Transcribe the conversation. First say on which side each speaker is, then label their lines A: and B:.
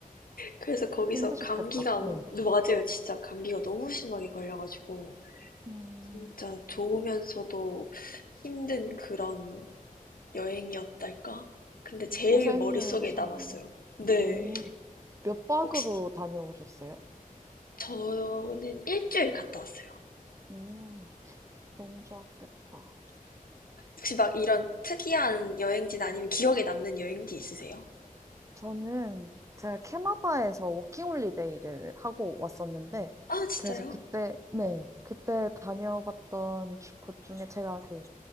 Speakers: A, on the left; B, on the right.
A: 그래서 거기서
B: 힘드셨겠다.
A: 감기가 엄-
B: 네,
A: 맞아요. 진짜 감기가 너무 심하게 걸려가지고
B: 음,
A: 진짜 좋으면서도 힘든 그런 여행이었달까? 근데 제일
B: 고생을
A: 머릿속에
B: 하셨네요.
A: 남았어요. 네.
B: 음, 몇 박으로
A: 혹시
B: 다녀오셨어요?
A: 저는 일주일 갔다 왔어요.
B: 음, 너무 좋았겠다.
A: 혹시 막 이런 특이한 여행지나 아니면 기억에 남는 여행지 있으세요?
B: 저는 제가 캐나다에서 워킹홀리데이를 하고 왔었는데,
A: 아, 진짜요?
B: 그래서 그때, 네, 그때 다녀봤던 주- 곳 중에 제가 그,